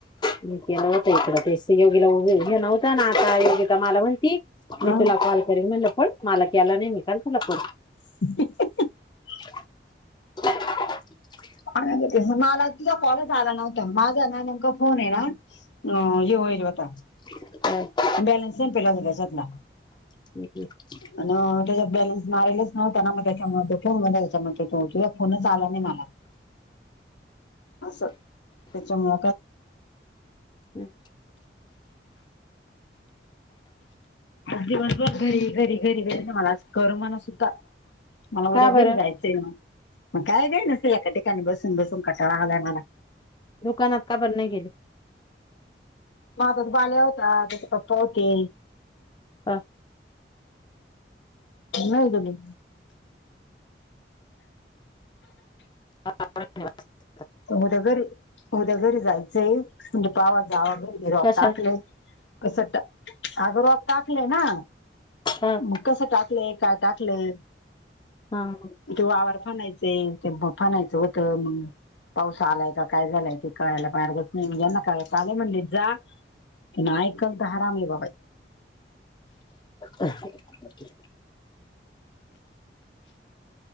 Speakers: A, on the left; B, on the left.
A: मी केलं होत इकडं ते योगीला उभे घे नव्हता ना आता योगीता मला म्हटली. मी
B: अ
A: तुला कॉल करीन म्हनल पड मला केला नाही मी का तुला करू.
B: <inaudible>
A: <inaudible>
B: खाण्या ते मला तुझा कॉलच आला नव्हता माझा ना नेमका फोन आहे ना हे होईल होता.
A: <inaudible>
B: बॅलन्स नाही <unintelligible>
A: <inaudible>
B: अन त्याच्यात बॅलन्स मारलाच नव्हता ना मग त्याच्यामुळ फोन म त्याच्या म्हणत तो किंवा फोनच आला नाही मला असं त्याच्यामुळ
A: हम्म
B: दिवसभर घरी घरी घरी घरी मला अस करमणा सुद्धा मला
A: का
B: उद्या घरी
A: बरं
B: जायचं. मग काय काय नस एका ठिकाणी बसून बसून कटाळा आलाय मला
A: दुकानात का बर नाही गेले
B: हा बघ बाल्या होता त्याचे पप्पा होते.
A: ह
B: नव जणी.
A: ह्यवा <unintelligible>
B: उद्या घरी उद्या घरी जायचंय म्हणजे जावा जावा घरी निरोप
A: कशा
B: टाकले. कस टा अग्रह टाकले ना
A: ह
B: मग कस टाक टाकले का टाकले.
A: हा.
B: तो आववर फनायचे ते फनायचं होत मग. आलंय की काय झालंय ते कळायला पाहिजे की यांना काय पाणी म्हणजे जा नायकल तर हरामी हाय बाई.
A: अहं ओके.